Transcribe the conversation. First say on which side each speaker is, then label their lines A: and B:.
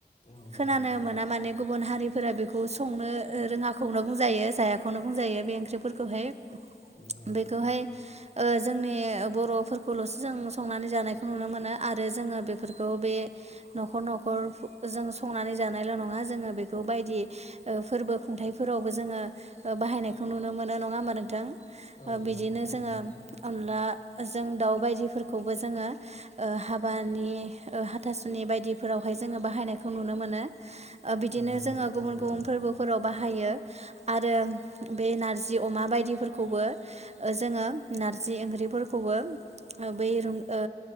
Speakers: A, on the left; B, on the right.
A: औ नंगौ
B: खोनानो
A: नोंथां।
B: मोना माने गुबुन हारि फोर बेखौ संनो रोङाखौनो बुंजायो जायाखौनो बुंजायो। ओंख्रि फोरखौहाय
A: नंगौ नोंथां
B: बेखौहाय ओह जोंनि बर'फोरखौल'सो जों संनानै जानायखौ नुनो मोनो आरो जोङो बेफोरखौ बे न'खर न'खर जों संनानै जानायल' नङा जोङो बेखौ बायदि ओह फोरबो खुंथाइफोरावबो जोङो बाहायनाय नुनो मोनो नङा होमबा ओ नोंथां
A: औ
B: बिदिनो
A: नंगौ थारैनो
B: जोङो अनला जों दाउ बाय फोरखौबो जोङो ओ हा बानि ओ हाथासुनि बायदिफोरावहाय जोङो बाहायनायखौ नुनो मोनो ओ बिदिनो
A: नंगौ
B: जोङो
A: नोंथां
B: गुबुन
A: थारैनो
B: गुबुन फोरबोफोराव बाहायो आरो बे नारजि अमा बायदिफोरखौबो ओ जोङो नारजि ओंख्रिफोरखौबो बै रुं ओ